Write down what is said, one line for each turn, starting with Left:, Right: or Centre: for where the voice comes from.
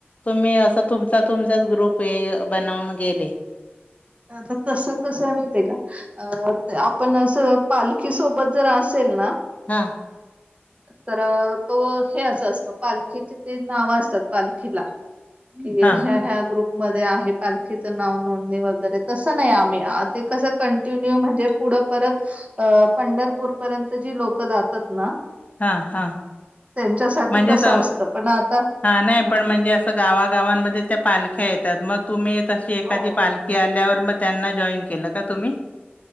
Left: तुम्ही असं तुमचा तुमचाच ग्रुप हे बनवून गेले.
Right: तर तस कसं माहते आहे का? अ आपण असं पालखी सोबत जर असेल ना,
Left: हा.
Right: तर तो हे अस असतो पालखीचे ते नाव <inaudible> अस. पालखीला कि
Left: हा
Right: ह्या <inaudible> ग्रुप <inaudible> म आहे. पालखीच नाव नोंदणी वगैरे तसं नाही आम्ही ते कसं कंटिन्यू म्हणजे पुढं परत. अ पंढरपूर पर्यंत जी लोकं जातात ना.
Left: हां. हां.
Right: त्यांच्यासाठी
Left: म्हणजे
Right: तसं
Left: स
Right: असतं पण आता
Left: हां नाही
Right: हा
Left: पण म्हणजे असं. गावागावांमध्ये त्या पालख्या येतात मग तुम्ही तशी एखादी
Right: हो
Left: पालखी आल्यावर मग. त्यांना जॉईन केलं का तुम्ही.